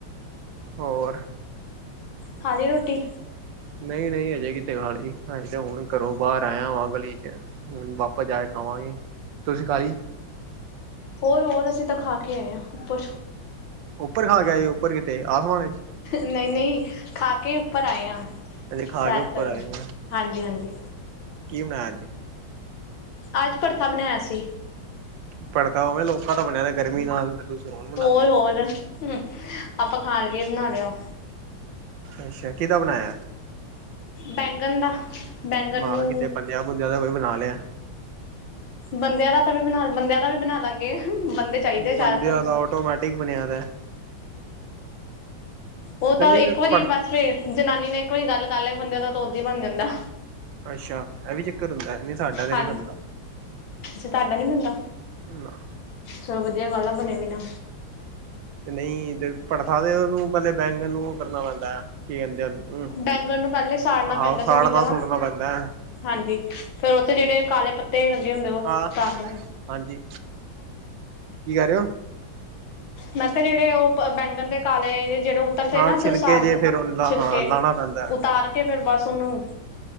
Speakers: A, on the right; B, on the left.
A: ਹੋਰ।
B: ਖਾ, ਲੀ ਰੋਟੀ?
A: ਨਹੀਂ -ਨਹੀਂ, ਹਜੇ ਕਿਤੇ ਖਾ ਲੀ, ਹਜੇ ਤਾਂ ਹੁਣ ਘਰੋਂ ਬਾਹਰ ਆਇਆ ਵਾਂ, ਗਲੀ ਚ ਹੁਣ ਵਾਪਸ ਜਾ ਕੇ ਖਾਵਾਂਗੇ, ਤੁਸੀਂ ਖਾ ਲਈ?
B: ਹੋਰ, ਹੋਰ ਅਸੀਂ ਤਾਂ ਖਾ ਕੇ ਆਏ ਹਾਂ, ਉੱਪਰ
A: ਉੱਪਰ ਖਾ ਕੇ ਆਏ ਓ? ਉੱਪਰ ਕਿਤੇ, ਆਸਮਾਨ ਵਿੱਚ?
B: ਨਹੀਂ-ਨਹੀਂ, ਖਾ ਕੇ ਉੱਪਰ ਆਏ ਆਂ,
A: ਹਜੇ ਖਾ
B: ਸੈਰ
A: ਕੇ ਉੱਪਰ
B: ਕਰਨ
A: ਆਏ ਹੋ।
B: ਹਾਂਜੀ- ਹਾਂਜੀ
A: ਕੀ ਬਣਾਯਾ ਆਜ਼?
B: ਅੱਜ ਭਰਥਾ ਬਣਾਇਆ ਸੀ।
A: ਪੜਦਾ ਉਵੇਂ ਲੋਕਾਂ ਦਾ ਬਣਿਆ ਗਰਮੀ ਨਾਲ ਤੇ। ਤੁਸੀਂ ਹੁਣ ਬਣਾਉਂਦੇ
B: ਹੋਰ, ਹੋਰ
A: ਹੋ
B: ਆਪਾਂ ਖਾਣ ਲਈਏ ਬਣਾ ਲਿਆ।
A: ਅੱਛਾ, ਕਿਹਦਾ ਬਣਾਇਆ।
B: ਬੈਂਗਣ ਦਾ। ਬੈਂਗਣ
A: ਮੈਂ
B: ਨੂੰ
A: ਕਿਹਾ ਬੰਦਿਆ- ਬੁੰਦਿਆਂ ਦਾ ਕੋਈ ਬਣਾ ਲਿਆ।
B: ਬੰਦਿਆਂ ਦਾ ਤਾਂ, ਵੀ ਬਣਾ ਬੰਦਿਆਂ ਦਾ ਵੀ ਬਣਾ ਦਾਂਗੇ, ਬੰਦੇ ਚਾਹੀਦੇ ਚਾਰ
A: ਬੰਦਿਆਂ
B: ਪੰਜ
A: ਦਾ ਆਟੋਮੈਟਿਕ ਬਣਿਆ ਪਿਆ।
B: ਉਹ
A: ਤੇ
B: ਤਾਂ
A: ਨਹੀਂ
B: ਇੱਕ
A: ਫਿਰ
B: ਵਾਰੀ
A: ਪੜ
B: ਬਸ ਫੇਰ ਜਨਾਨੀ ਨੇ ਇੱਕ ਵਾਰੀ ਗੱਲ ਕਰ ਲਿਆ। ਬੰਦੇਆਂ ਦਾ ਤਾਂ ਉੱਦਾ ਹੀ ਬਣ ਜਾਂਦਾ।
A: ਅੱਛੇਆ। ਇਹ ਵੀ ਚੱਕਰ ਹੁੰਦਾ, ਨਹੀਂ ਸਾਡਾ ਤੇ
B: ਹਾਂਜੀ
A: ਨੀ ਬੰਦਾ।
B: ਅੱਛਾ, ਤੁਹਾਡਾ ਨੀ ਬਨਦਾ।
A: ਨਾ।
B: ਚਲੋ ਵਧੀਆ ਗੱਲ ਆ, ਬਣੇ ਵੀ ਨਾ।
A: ਤੇ ਨਹੀਂ ਤੇ ਪੜਥਾ ਤੇ ਉਹਨੂੰ ਪਹਿਲੇ ਬੈਂਗਨ ਨੂੰ ਉਹ ਕਰਨਾ ਪੈਂਦਾ ਆ। ਕੀ ਕਹਿੰਦੇ ਉਹਨੂੰਮ
B: ਬੈਂਗਣ ਨੂੰ ਪਹਿਲੇ ਸਾੜਨਾ
A: ਆਹੋ
B: ਪੈਂਦਾ ਚੰਗੀ
A: ਸਾੜਨਾ-
B: ਤਰ੍ਹਾਂ
A: ਸੁੜਨਾ ਪੈਂਦਾ ਏ।
B: ਹਾਂਜੀ। ਫੇਰ ਉੱਥੇ ਜਿਹੜੇ ਕਾਲੇ ਪੱਤੇ ਲੱਗੇ ਹੁੰਦੇ ਉਹ ਉਤਾਰਨੇ
A: ਹਾਂ
B: ਉ।
A: ਹਾਂਜੀ। ਕੀ ਕਰ ਰਹੇ ਹੋ।
B: ਮੈਂ ਕਿਹਾ ਜਿਹੜੇ ਉਹ ਬੈਂਗਨ ਦੇ ਕਾਲੇ ਜਿਹੜੇ ਓਪੱਰ ਦੇ
A: ਹਾਂ
B: ਨਾ ਉੱਧਰ
A: ਛਿਲਕੇ
B: ਸਾੜ
A: ਜੇ
B: ਦੇ,
A: ਫੇਰ ਉਹਦਾ
B: ਛਿਲਕੇ
A: ਹਾਂ ਲਾਣਾ ਪੈਂਦਾ
B: ਉਤਾਰ ਕੇ ਫੇਰ ਬਸ ਉਹਨੂੰ,